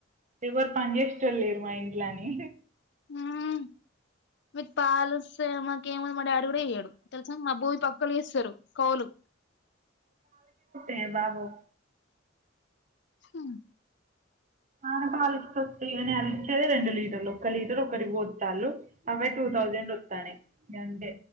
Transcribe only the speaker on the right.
ఎవరు పని చేసేటోలు లేరు మా ఇంట్లాఅని
ఎ బాబు
అనాన పాలిస్తాయి అని అది ఇచ్చేది రెండు లీటర్లు ఒక్క లీటర్ ఒకటి బొతా ఉన్నాళ్ళు అవే టూ థౌసండ్ వస్తా అనే గంతే